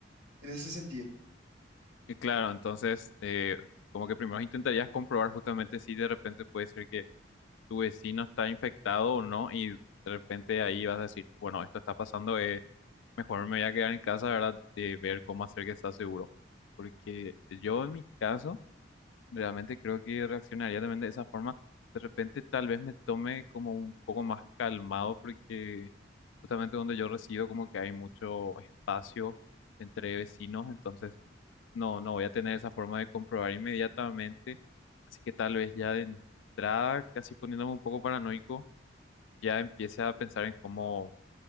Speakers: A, on the right; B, on the left.
A: en ese sentido.
B: Y claro, entonces, eh, como que primero intentarías comprobar justamente si de repente puede ser que tu vecino está infectado o no, y de repente ahí vas a decir, bueno, esto está pasando, eh, mejor me voy a quedar en casa, ¿verdad? De ver cómo hacer que está seguro. Porque yo en mi caso, realmente creo que reaccionaría también de esa forma. De repente tal vez me tome como un poco más calmado, porque justamente donde yo resido como que hay mucho espacio entre vecinos, entonces no, no voy a tener esa forma de comprobar inmediatamente, así que tal vez ya de entrada, casi poniéndome un poco paranoico, ya empiece a pensar en cómo